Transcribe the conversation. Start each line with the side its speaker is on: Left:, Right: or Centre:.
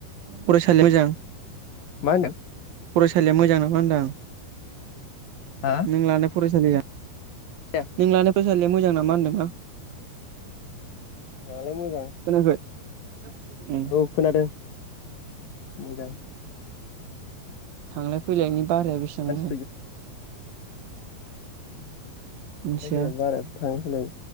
Right: फरायसालिआ मोजां
Left: मा होनदों
Right: फरायसालिआ मोजांनामा होनदां
Left: हा
Right: नों लानो फरायसालिया
Left: खोनाया
Right: नों लानाय फरायसालिया मोजां नामा होनदांलां
Left: मोजाङालाय मोजां
Right: खोनायाखै
Left: औ खोनादों मोजां
Right: थांलाय फैलायनि बाराया बेसेबां
Left: मानसि
Right: लायो मिथिया
Left: बास बाराया थांसलाय